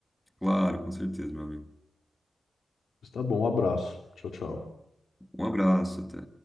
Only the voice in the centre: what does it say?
Claro, com certeza, meu amigo.
Um abraço, até.